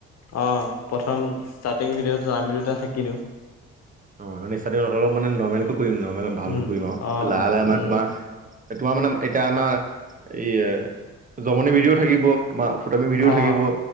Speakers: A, on the left (about 60°); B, on the right (about 30°).
A: অ প্ৰথম তাত <unintelligible> ভিডিঅটো আমি দুটা থাকি দিওঁ।
B: <unintelligible> অলপ মানে নৰ্মেলকৈ কৰিম নৰ্মেল ভালকৈ
A: উম
B: কৰিম আৰু
A: অ
B: লাহে লাহে আমাৰ
A: উম
B: তোমাৰ তোমাৰ মানে এতিয়া আমাৰ এই জমনি ভিডিঅ'ও থাকিব। তোমাৰ ফটুৱামি ভিডিঅও
A: অ
B: থাকিব